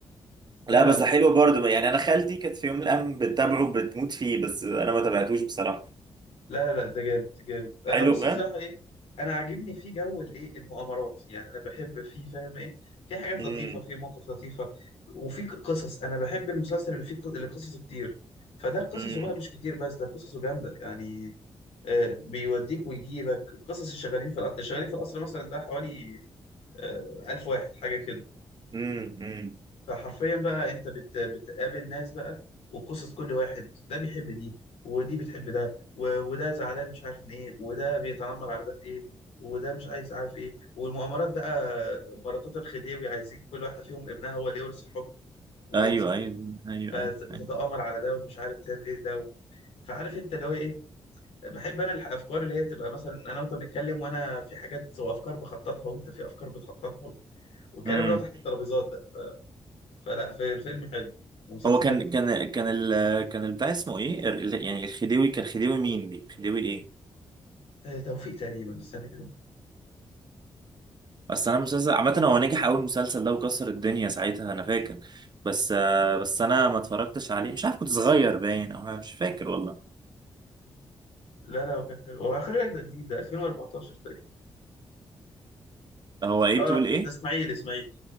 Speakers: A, on the left (about 85°); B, on the right (about 45°).
A: لا
B: لا
A: لا
B: بس ده
A: لا
B: حلو برضه يعني انا خالتي كانت في يوم من الايام بتتابعه بتموت فيه بس انا ما تابعتوش بصراحه
A: لا لا لا ده جامد جامد انا
B: حلو
A: بص
B: بجد
A: بصراحه ايه انا عاجبني فيه جو الايه المغامرات يعني انا بحب فيه فاهم ايه في حاجات
B: امم
A: لطيفه في مواقف لطيفه وفي ق- قصص انا بحب المسلسل اللي فيه ق- اللي قصصه كتير فده قصصه
B: امم
A: بقى مش كتير بس ده قصصه جامده يعني آه بيوديك ويجيبك قصص الشغالين في القصر الشغالين في القصر مثلا ده حوالي آه ألف واحد حاجه كده
B: امم امم
A: فحرفيا بقى انت بت... بتقابل ناس بقى وقصص كل واحد ده بيحب دي ودي بتحب ده و... وده زعلان مش عارف من ايه وده بيتنمر على ده في ايه وده مش عايز عارف ايه والمؤامرات بقى مراتات الخديوي عايزين كل واحدة فيهم ابنها هو اللي يورث الحكم ويمسك
B: ايوه ايوه ايوه
A: بقى
B: ايوه
A: ز- بتتآمر
B: ايوه
A: على ده ومش عارف تعمل ايه ده و... فعارف انت اللي هو ايه بحب انا الافكار اللي هي تبقى مثلا انا وانت بنتكلم وانا في حاجات وافكار بخططها وانت في افكار بتخططها والكلام
B: امم
A: اللي هو تحت الترابيزات ده فلا في فيلم حلو ومسلسل
B: هو كان
A: حلو
B: كان كان ال كان البتاع اسمه ايه ال- ال- يعني الخديوي كان خديوي مين دي خديوي ايه
A: آه توفيق تقريبا استنى كده
B: اصل انا مسلسل عامه هو نجح اول مسلسل ده وكسر الدنيا ساعتها انا فاكر بس آه، بس انا ما اتفرجتش عليه مش عارف كنت صغير باين او أنا مش فاكر والله
A: لا لا هو كان حلو هو خلي بالك ده جديد ده 2014 تقريبا
B: هو ايه
A: اه
B: بتقول ايه
A: ده اسماعيل اسماعيل